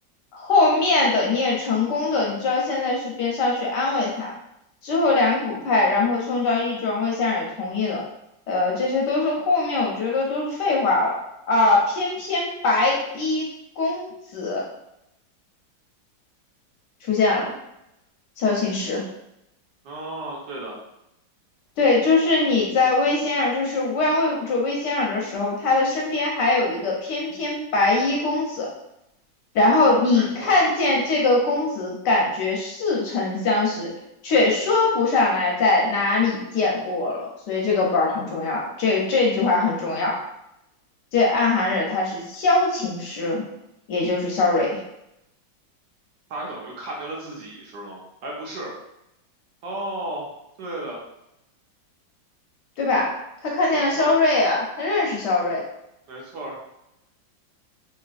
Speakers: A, on the left; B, on the right.
A: 后面的你也成功的，你知道现在是边上去安慰他。之后两股派，然后宋昭义庄魏仙儿也同意了，呃，这些都是后面我觉得都是废话了啊、呃偏偏白衣公子出现了，萧琴师。
B: 哦，对的，
A: 对，就是你在魏仙儿，就是乌泱卫者魏仙儿的时候，他的身边还有一个翩翩白衣公子，然后你看见这个公子，
B: 没错儿，
A: 感觉似曾相识，却说不上来在哪里见过了。所以这个本儿很重要，这这句话很重要。这暗含着他是萧琴师，也就是萧睿，
B: 他等于看见了自己是吗？哎，不是，哦，对的，
A: 对吧？他看见了萧睿啊，
B: 没错儿，
A: 他认识萧睿。
B: 没错儿，